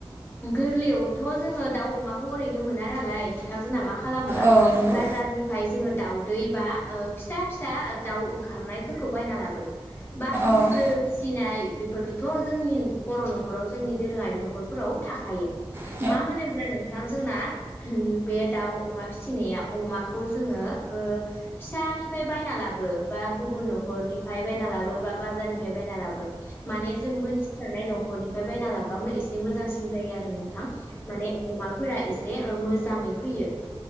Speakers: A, on the left (about 25°); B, on the right (about 25°).
A: गोरलैयावथ' जोङो दाउ अमाखौ ओरैनो मोना नालाय नों थां जोंना मा खालामो
B: औ नंगौ
A: बाजारनिफ्राय जोङो दाउदै बा ओ फिसा फिसा दाउ ओंखारनायफोरखौ बायना लाबो बा हांसो
B: औ
A: फिसिनाय बेफोरथ' जोंनि बर' न'खराव जोंनि दोरोङारि न'खरफोराव थाखायो।
B: औ नंगौ औ नंगौ औ
A: मा होनोब्ला नोंथां जोंना ओम बे दाउ अमा फिसिनाया अमाखौ जोङो ओ फिसानि फाय बायना लाबो बा गुबुन न'खरनिफ्राय बायना लाबो बा बाजारनिफ्राय बायना लाबो। माने जों मोनथिजानाय न'खरनिफ्राय बायना लाब बामो एसे मोजां सिन जायो आरो नोंथां माने अमाफोरा एसे ओ मोज जाङै फैयो।